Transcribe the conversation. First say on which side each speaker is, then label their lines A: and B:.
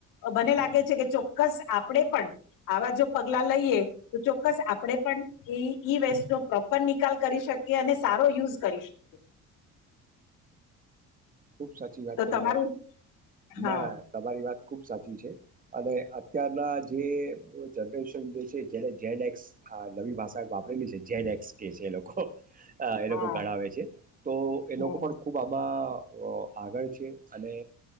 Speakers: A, on the left (about 80°); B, on the right (about 25°).
A: મને લાગે છે, કે ચોક્કસ આપણેે પણ આવા જો પગલા લઈએ તો ચોક્કસ આપણેે પણ એ ઈ વેસ્ટ નો પ્રોપર નિકાલ કરી શકી અને સારો યુઝ કરી શકીએ.
B: ખુબ સાચી વાત
A: તો
B: કરી
A: તમારું
B: ત
A: હા
B: ના ના તમારી વાત ખુબ સાચી છે, અને અત્યારના જે જનરેશન જે છે, જેને જેડ એક્સ નવી ભાષા વાપરેલી છે જેડ એક્સ કે છે, એ લોકો એ
A: હા
B: લોકો ગણાવે છે, તો એ
A: હમ
B: લોકો પણ ખૂબ આમાં આગળ છે, અને